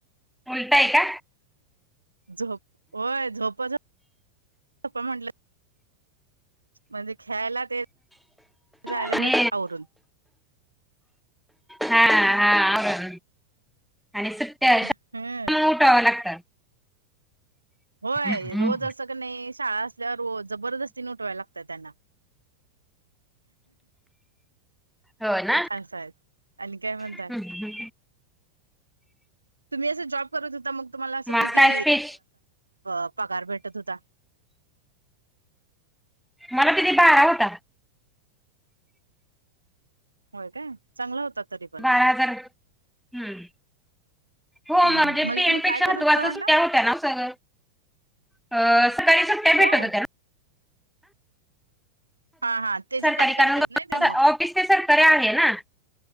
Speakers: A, in the centre; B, on the right (about 80°).
A: उलट आहे का
B: झोप होय झोप झ म्हटलं म्हणजे खेळायला ते जायला
A: आणि
B: मिळत आवरून
A: हा हा आवरून आणि सुट्ट्या
B: हम्म
A: उठव लागत.
B: होय,
A: हम्म.
B: रोज असं का नाही शाळा असल्यावर रोज जबरदस्ती उठवायला लागतय त्यांना.
A: हो ना
B: आस हाय आणि काय म्हणताय?
A: हम्म.
B: तुम्ही असं जॉब करत होता मग तुम्हाला असं
A: माझ
B: किती
A: काय स्पेश
B: पगार भेटत होता?
A: मला किती बारा होता.
B: होय काय? चांगला होता तरी. पण
A: बारा हजार, हम्म! <unintelligible>
B: हम्म हम्म म्हणजे तुम्ही काय करत होता म्हटलं
A: अ सकाळी सुट्ट्या
B: होय
A: भेटत होत्या ना
B: हा हा तेजे
A: सरकारी
B: कट
A: कारण
B: करते ना ते मग?
A: ऑफिस ते सरकारी आहे ना